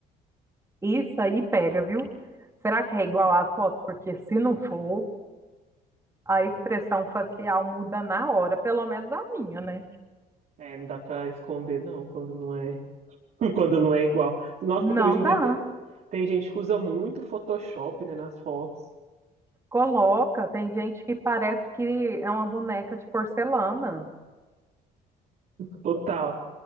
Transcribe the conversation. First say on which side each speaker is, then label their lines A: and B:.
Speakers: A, on the right; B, on the right.
A: Isso aí pega, viu? Será que é igual à foto? Porque se não for, a expressão facial muda na hora, pelo menos a minha, né?
B: É, não dá pra esconder, não, quando não é <laughs> quando não é igual. Nossa,
A: Não
B: porque hoje em
A: dá.
B: dia te- tem gente que usa muito Photoshop, né, nas fotos.
A: Coloca, tem gente que parece que é uma boneca de porcelana.
B: Total.